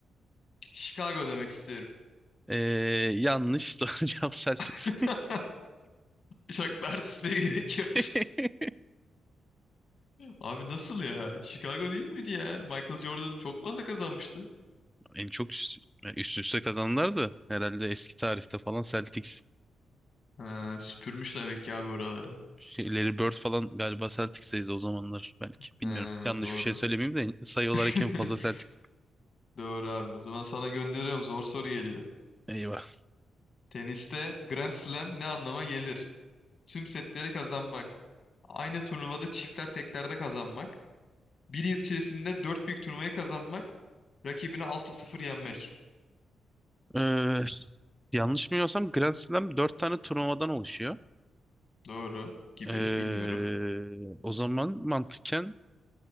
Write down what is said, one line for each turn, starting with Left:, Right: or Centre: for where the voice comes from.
Left: Chicago demek istiyorum.
Centre: Ee, yanlış. <laughs> Doğru cevap Celtics.
Left: <laughs> Şaklar artistliğe gerek yok.
Centre: <laughs>
Left: Abi nasıl ya? Chicago değil miydi ya? Michael Jordan çok fazla kazanmıştı.
Centre: En çok üst, yani üst üste kazananlar da herhalde eski tarihte falan Celtics.
Left: Ha, süpürmüş demek ki abi oraları.
Centre: Şey, Larry Bird falan galiba Celtics'teydi o zamanlar belki.
Left: Ha,
Centre: Bilmiyorum. Yanlış
Left: doğru.
Centre: bir şey söylemeyeyim de sayı olarak
Left: <laughs>
Centre: en fazla Celtics.
Left: Doğru abi. O zaman sana gönderiyorum. Zor soru geliyor.
Centre: Eyvah.
Left: Teniste Grand Slam ne anlama gelir? Tüm setleri kazanmak. Aynı turnuvada çiftler teklerde kazanmak. Bir yıl içerisinde dört büyük turnuvayı kazanmak. Rakibini altı sıfır yenmek.
Centre: Ee, yanlış bilmiyorsam Grand Slam 4 tane turnuvadan oluşuyor.
Left: Doğru gibi.
Centre: Ee,
Left: Bilmiyorum.
Centre: o zaman mantıken